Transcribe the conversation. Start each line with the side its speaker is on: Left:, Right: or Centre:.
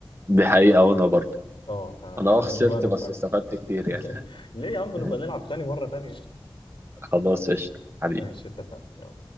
Right: دي حقيقة وانا برضه
Left: اه فخلينا
Right: انا اه خسرت
Left: بقى نبقى
Right: بس استفدت
Left: <laughs>
Right: كتير يعني
Left: ليه يا عم نبقى
Right: <laughs>
Left: نلعب تاني مرة تانية يعني.
Right: خلاص قشطة حبيبي
Left: ماشي اتفقنا